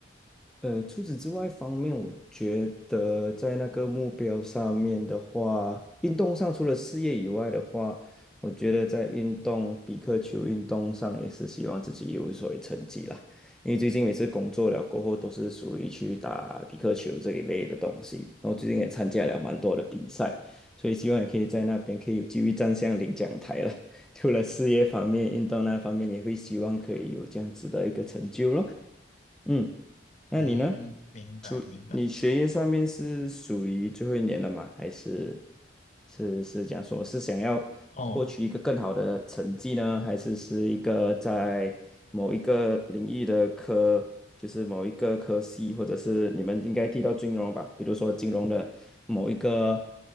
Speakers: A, in the centre; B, on the left.
A: 呃，除此之外方面，我觉得在那个目标上面的话，运动上除了事业以外的话，我觉得在运动比克球运动上也是希望自己有所谓成绩啦。因为最近每次工作了过后，都是属于去打比克球这一类的东西。然后最近也参加了蛮多的比赛，所以希望也可以在那边可以有机会站上领奖台了。<laughs> 除了事业方面，运动那方面也会希望可以有这样子的一个成就咯。嗯，那你呢？
B: 嗯，明白明白。
A: 你学业上面是属于最后一年了吗？还是是是讲说是想要获取一个更好的成绩呢？
B: 哦
A: 还是是一个在某一个领域的科，就是某一个科系，或者是你们应该提到金融吧？比如说金融的某一个